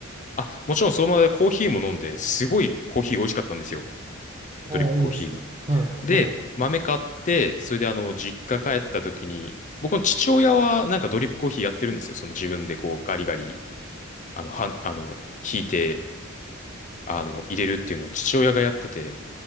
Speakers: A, on the left (about 35°); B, on the right (about 25°).
A: あ、もちろんその場でコーヒーも飲んで、すごいコーヒー美味しかったんですよ。
B: ああ、
A: ドリップコーヒーが。
B: いいですね。はい、
A: で、
B: はい。
A: 豆買って、それであの、実家帰った時に、僕の父親はなんかドリップコーヒーやってるんですよ。その自分でこうガリガリ、あの、はん、あの、引いて、あの、入れるっていうのを父親がやってて、